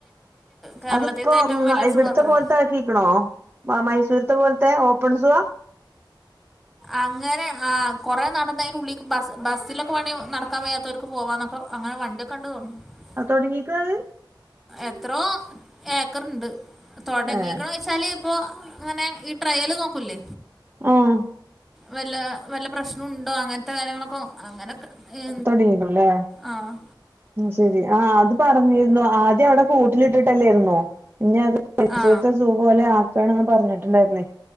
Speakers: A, in the centre; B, on the right (about 25°).
A: കേരളത്തിലത്തെ
B: അതിപ്പോ
A: ഏറ്റവും വലിയ അസുഖം
B: ഇവിടത്തെ
A: അത്രേ
B: പോലത്തെ ആക്കിക്കണോ മൈസൂര്ത്തെ പോല്ത്തെ ഓപ്പൺ സുവാ
A: അങ്ങനെ ആ കുറേ നടന്ന് അതിന് ഉള്ളിക്ക് ബസ് ബസ്സിലൊക്കെ പോവാണേ നടക്കാൻ വയ്യാത്തവർക്ക് പോകന്നൊക്കെ അങ്ങനെ വണ്ടി ക്കണ്ട് <unintelligible>
B: അ തുടങ്ങീക്ക്ഹ്
A: എത്രോ ഏക്കർണ്ട് തൊടങ്ങിക്കണോയ്ച്ചാല്
B: ഏഹ്
A: ഇപ്പോ ങ്ങനെ ഈ ട്രയല് നോക്കൂല്ലേ
B: ആഹ്
A: വല്ല വല്ല പ്രശ്നുണ്ടോ അങ്ങനത്തെ കാര്യങ്ങളൊക്കെ അങ്ങനൊക്കെ ഏ
B: തൊടങ്ങിക്കണല്ലേ
A: ആഹ്
B: ശരി ആ അത് പറഞ്ഞിരുന്നു ആദ്യം അവിടെ കൂട്ടിലിട്ടിട്ടല്ലേരുന്നോ ഇനി അത് മൈസൂര്ത്തെ
A: ആ
B: സൂ പോലെ ആക്കാണെന്ന് പറഞ്ഞിട്ടുണ്ടായിരുന്നേ